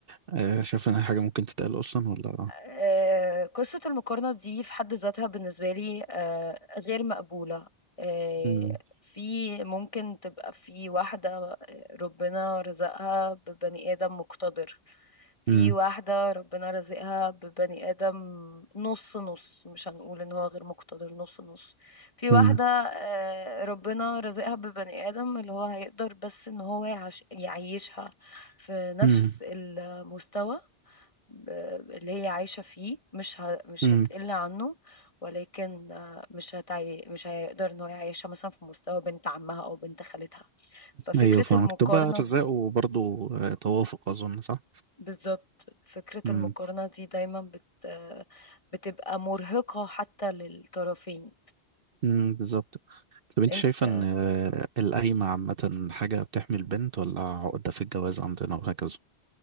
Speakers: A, on the right (about 60°); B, on the left (about 30°).
A: آه، شايفة انها حاجة ممكن تتقال اصلا ولا
B: آه، قصة المقارنة دي في حد ذاتها بالنسبة لي آه، غير مقبولة آه،
A: امم
B: في ممكن تبقى في واحدة ربنا رزقها ببني آدم مقتدر في
A: امم
B: واحدة ربنا رزقها ببني آدم نص نص مش هنقول ان هو غير مقتدر نص نص في واحدة
A: امم
B: آه، ربنا رزقها ببني آدم اللي هو هيقدر بس ان هو يعش يعيشها في نفس
A: امم
B: المستوى آه، اللي هي عايشة فيه مش ه... مش
A: امم
B: هتقل عنه ولكن آه، مش هتعي... مش هيقدر ان هو يعيشها مثلا في مستوى بنت عمها او بنت خالتها ففكرة
A: ايوه فاهمك
B: المقارنة
A: تبقى ارزاق وبرضه آه، توافق اظن صح
B: بالظبط فكرة
A: امم
B: المقارنة دي دايما بت بتبقى مرهقة حتى للطرفين
A: امم بالظبط طب انت
B: انت
A: شايفه ان آه، القايمه عامه حاجه بتحمي البنت ولا عقده في الجواز عندنا وهكذا